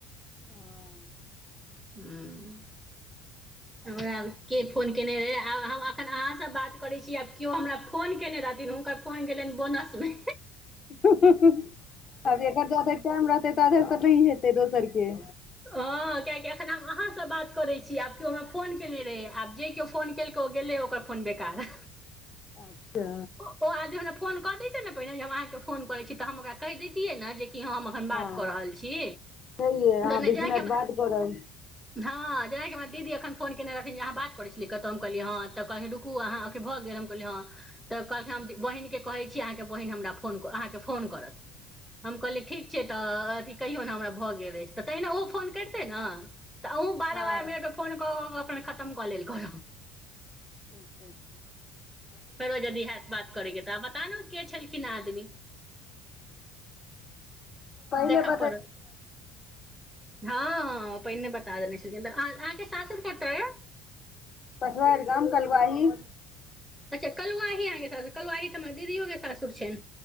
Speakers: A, on the left; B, in the centre.
A: हँ।
B: ह हमरा के फोन केने रहे आ हम एखन अहाँ बात करै छी आब केओ हमरा फोन केने रहथिन हुनकर फोन गेलनि बोनस मे
A: अब एकर जार टाइम रहते तधर तऽ नहिह हेतै दोसर के
B: हँ कियकि एखन हम अहाँसँ बात करैत छी आब केओ हमरा फोन केने रहै आब जे केओ फोन केलकौ गेलै ओकर फोन बेकार
A: अच्छा
B: ओ आदमी हमरा फोन कऽ दैतियै ने पहिने जे हम अहाँके फोन करैत छी तऽ हम ओकरा कहि दैतियै ने जे की हम अखन
A: हँ
B: बात कऽ रहल छी
A: छैहे अहाँ
B: तऽ नहि
A: बीस
B: जेनाकि हम
A: <inaudible>
B: हँ जेनाकि हमर दीदी एखन फोन केने रहथिन जे अहां बात करै छलियै कतहु हम कहलियै हँ तऽ कहली रुकू अहाँ अख भऽ गेल हम हँ तऽ कहलखिन हम बहिनके कहै छी अहाँके बहिन हमरा फोन अहाँके फोन करत हम कहलियै ठीक छै तऽ अथी कहियौ ने हमरा भऽ गेल अछि तऽ तहिना ओहो फोन करितै नऽ तऽ अहूँ बारह
A: हँ
B: बारह मिनटमे फोन कऽ कऽ अपन खतम कऽ लेल करब
A: <inaudible>
B: फेरो यदि होयैत बात करेके तऽ आब बता ने के छलखिन ह आदमी
A: पहिले
B: देखऽ
A: <inaudible>
B: पड़त हँ पहिने बता देने छलखिन त अहाँके सासुर कतऽ यऽ
A: पछवारि गाम कलुवाही
B: अच्छा कलुवाही आहांके सासुर कलवाही तऽ हमर दीदीयो के सासुर सुर छेन